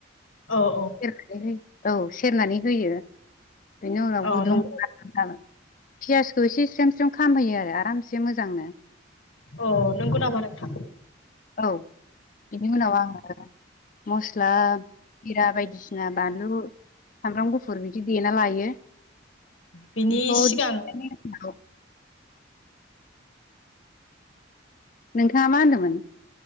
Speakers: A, on the left (about 90°); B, on the left (about 40°).
A: औ औ
B: सेर हो औ सेरनानै होयो बेनि उनाव
A: अ
B: गुदुंनानै
A: नंगौ
B: जाबाय पियासखौ एसे स्रेम -स्रेम खामहैयो आरो आरामसे मोजांनो
A: अ नंगौ नामा नोंथां?
B: औ बेनि उनाव आङो मस्ला जिरा बायदिसिना बानलु सामब्राम गुफुर बिदि देना लायो
A: बिनि
B: बेखौ
A: सिगां
B: देग्लिनानै नोंथाङा मा होनदोंमोन?